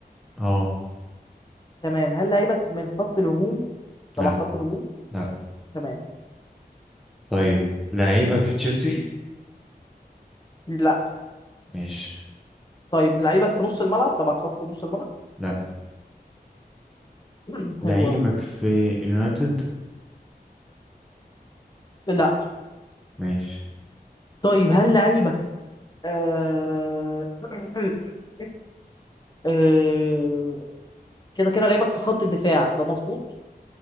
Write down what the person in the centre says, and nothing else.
اه
لا
لا
طيب لعيبك في تشيلسي
مش
لا
لعيبك
في يونايتد
ماشي